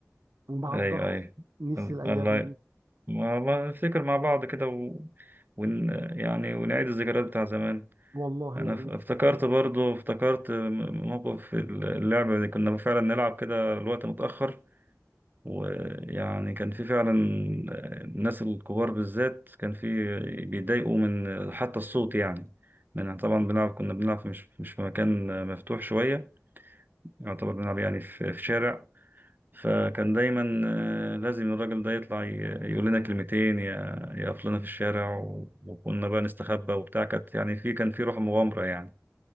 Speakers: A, on the right; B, on the right.
A: ومع
B: ايوه
A: الضغط
B: ايوه
A: نسي الايام
B: الله
A: دي
B: ما ما نفتكر مع بعض كده و... ون... يعني ونعيد الذكريات بتاع زمان
A: والله
B: انا
A: يا ريت
B: ف- افتكرت برضو افتكرت م- موقف اللعبة اللي كنا فعلا نلعب كده الوقت متأخر ويعني كان في فعلا الناس الكبار بالذات كان في بيضايقوا من حتى الصوت يعني من طبعا بنلعب كنا بنلعب مش مش في مكان مفتوح شوية يعتبر بنلعب يعني في في شارع فكان دايما آه، لازم الراجل ده يطلع ي- يقول لنا كلمتين ي- يقف لنا في الشارع و- وكنا بقى نستخبى وبتاع كانت يعني في كان في روح مغامرة يعني